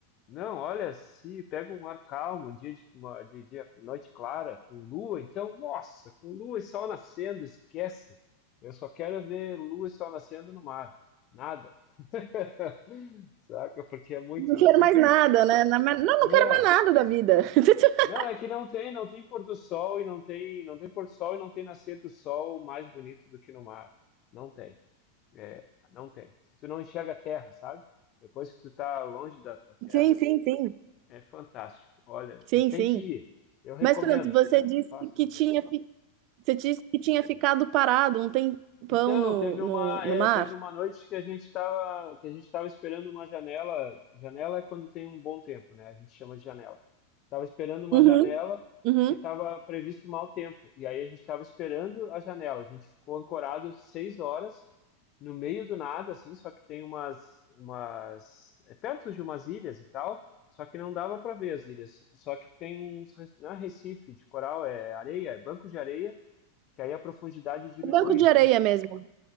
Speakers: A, on the left; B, on the right.
A: Não, olha, se pega um ar calmo, um dia de, uma, de dia, noite clara, com lua, então, nossa, com lua e sol nascendo, esquece. Eu só quero ver lua e sol nascendo no mar. Nada. <laughs> Saca? Porque é muito,
B: Não quero
A: muito
B: mais nada,
A: legal.
B: né? Na- mas- Não,
A: Não,
B: não quero mais nada da vida. <laughs>
A: não, é que não tem, não tem pôr do sol e não tem, não tem pôr do sol e não tem nascer do sol mais bonito do que no mar. Não tem. É, não tem. Se tu não enxerga a terra, sabe? Depois que tu tá longe da, da terra,
B: Sim, sim, sim.
A: é fantástico. Olha,
B: Sim,
A: tem
B: sim.
A: que ir. Eu recomendo.
B: Mas, pronto, você disse
A: Faça
B: que
A: uma
B: tinha,
A: dessas.
B: fi- você disse que tinha ficado parado um tempão
A: Então,
B: no,
A: teve
B: no,
A: uma,
B: no
A: é,
B: mar.
A: teve uma noite que a gente estava, que a gente estava esperando uma janela. Janela é quando tem um bom tempo, né? A gente chama de janela. Tava esperando uma
B: Uhum,
A: janela
B: uhum.
A: porque estava previsto mau tempo. E aí a gente estava esperando a janela. A gente ficou ancorado seis horas no meio do nada, assim, só que tem umas, umas, é perto de umas ilhas e tal. Só que não dava para ver as ilhas. Só que tem uns, re- não é Recife de coral, é areia, é banco de areia que aí a profundidade diminui.
B: O banco de
A: Então
B: areia mesmo.